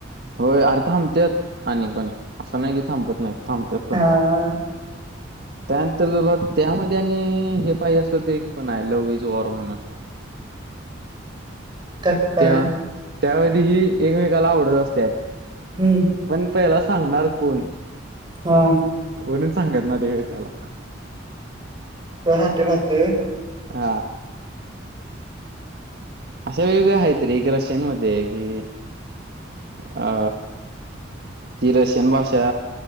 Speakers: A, on the right; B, on the right.
A: होय अर थांबतत आणि पण असं नाही कि थांबत नाहीत थांबतत पण
B: हां,
A: ह त्यानंतर तुला त्यामध्ये आणि हे पा असलं तर एक पण आहे लव्ह इज वॉर म्हणून
B: त्यात काय?
A: त्या त्यावेधीही एकमेकाला आवडत असतात
B: हं,
A: पण पहिला सांगणार कोण
B: हा
A: म्हणून सांगत ना देकाला
B: का हटे राहते
A: हा अशा वेगवेगळ्या आहेत त रे एक रशियन मध्ये कि अ ती रसियान भाषा